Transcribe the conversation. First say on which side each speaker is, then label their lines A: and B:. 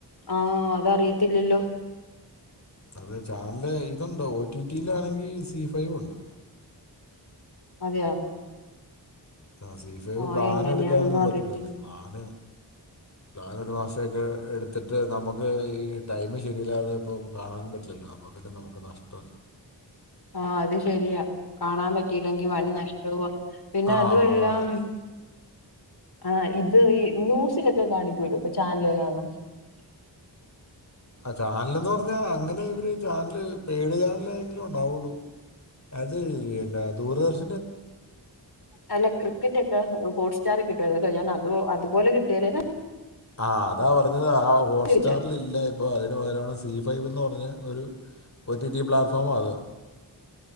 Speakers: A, on the left; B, on the left.
A: ആഹ അതാറിയത്തില്ലല്ലോ
B: അതെ ചാനല് ഇതുണ്ടോ ടിവിയിലാണെങ്കിൽ സി ഫൈവ് ഉണ്ട്
A: അതെയോ
B: ആ സി ഫൈവ്
A: ആഹ്
B: പ്ലാന്
A: എങ്ങനെയാന്നൊന്നും
B: എടുക്കാനൊന്നും
A: അറിയത്തില്ല
B: പറ്റൂലല്ലേ പ്ലാന് പ്ലാൻ ഒരു മാസൊക്കെ എടുത്തിട്ട് നമുക്ക് ഈ ടൈമി ശരില്ല അത് ഇപ്പോ കാണാനും പറ്റില്ലല്ലോ അ പിന്നെ നമുക്ക് നഷ്ടം
A: ആഹ അത് ശരിയാ കാണാൻ പറ്റിയില്ലെങ്കിൽ വൻ നഷ്ടവും പിന്നെ
B: ആ
A: അതും എല്ലാം
B: അതാണ് പ്രശ്നം
A: ആ ഇത് ഈ ന്യൂസിലൊക്കെ കാണിക്കൂലോ ഇപ്പൊ ചാനലെതന്നു <unintelligible>
B: ചാനൽ എന്ന് പറഞ്ഞാ അങ്ങനെ ഇവര് ചാനല് പേഡ് ചാനല ആണെങ്കിലും ഉണ്ടാവുള്ളു അത് ദൂരദർശ
A: അല്ല ക്രിക്കെറ്റൊക്കെ ഹോട്സ് കിട്ടമായിരുന്നല്ലോ ഞാൻ അത് അതുപോലെ കിട്ടിയാലേന
B: ആഹ് അതാ പറഞ്ഞത് ആ ഹോട്ട്സ്റ്റാറൽ
A: ചോദിച്ചേ
B: ഇല്ല ഇപ്പൊ അതിനന് പകരമാണ് സി ഫൈവ്ന്ന് പറഞ്ഞൽ ഒരു ഒ ടി ടി പ്ലാറ്റ്ഫോമാ അത്